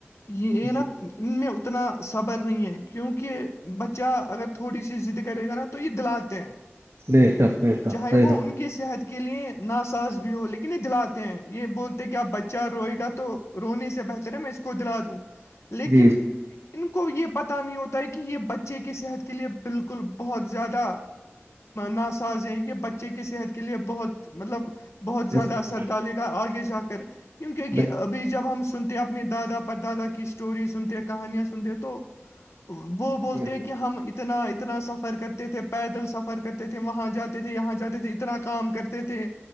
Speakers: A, on the left; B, on the right.
A: یہ ن
B: جی
A: ان میں اتنا صبر نہیں ہے کیونکہ بچہ اگر تھوڑی سی ضد کرے گا نا تو یہ دلاتے ہیں
B: بیی شھک بیی ک
A: چاہے
B: صحح
A: وہ کی صحت کے لیئے ناساز بھی ہو لیکن نہیں دلاتے ہیں یہ بولتے کہ آپ بچہ روئے گا تو رونے سے بہتر ہے میں اس کو دلا دوں لیکن
B: جی جی جی
A: ان کو یہ پتہ نہیں ہوتا ہے کہ یہ بچے کی صحت کے لیے بالکل بہت زیادہ ناسااز ہیں کہ بچ ب کی صحت کے لیے بہت مطلب بہت زیادہ
B: نقصان
A: اثر
B: ہے
A: ڈالے گا آگے جا کر کیونکونک
B: بے
A: ابھی جب ہم سنتے اپنے دادا پر دادا کی اسٹوری سنتے کہانیاں سنتے تو وہ بولتے
B: جی جی
A: ہیں کہ ہم اتنا اتنا سفر کرتے تھے پیدل سفر کرتے تھے وہاں جاتے تھے یہاں تے تھے اتنا کام کرتے تھے